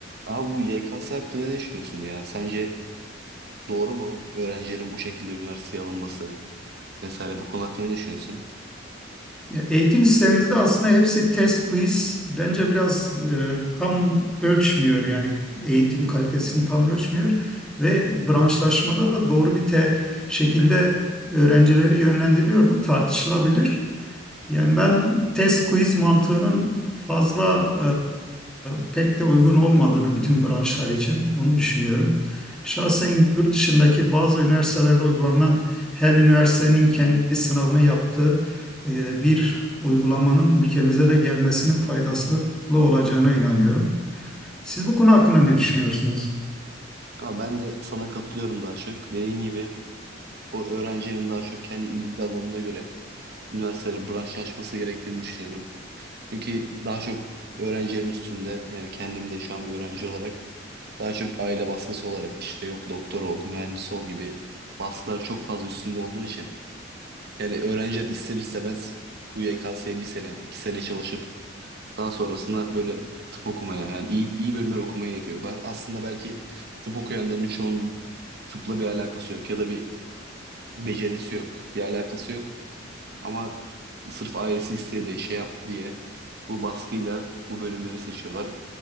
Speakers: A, on the right (about 55°); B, in the centre.
A: Abi bu YKS hakkında ne düşünüyorsun ya? Sence doğru mu öğrencilerin bu şekilde üniversiteye alınması vesaire bu konu hakkında ne düşünüyorsun?
B: Ya eğitim sistemimizde aslında hepsi test quiz. Bence biraz e, tam ölçmüyor yani eğitim kalitesini tam ölçmüyor ve branşlaşmada da doğru bir te şekilde öğrencileri yönlendiriyor. Bu tartışılabilir. Yani ben test quiz mantığının fazla e, pek de uygun olmadığını bütün branşlar için onu düşünüyorum. Şahsen yurt dışındaki bazı üniversitelerde uygulanan her üniversitenin kendi sınavını yaptığı e, bir uygulamanın ülkemize de gelmesinin faydalı olacağına inanıyorum. Siz bu konu hakkında ne düşünüyorsunuz?
A: Ama ben de sana katılıyorum daha çok. Dediğin gibi bu öğrencinin daha çok kendi ilgi alanına göre üniversitelerin branşlaşması gerektiğini düşünüyorum. Çünkü daha çok öğrencilerin üstünde yani kendim de şu an bir öğrenci olarak daha çok aile baskısı olarak işte yok doktor ol, mühendis ol gibi baskılar çok fazla üstünde olduğu için yani öğrenciler ister istemez bu YKS'ye bir sene, iki sene çalışıp Daha sonrasında böyle tıp okumaya yani iyi, iyi bölümler okumaya yapıyor. Ben aslında belki tıp okuyanların çoğunun tıpla bir alakası yok ya da bir becerisi yok, bir alakası yok. Ama sırf ailesi istedi, şey yaptı diye bu baskıyla bu bölümleri seçiyorlar.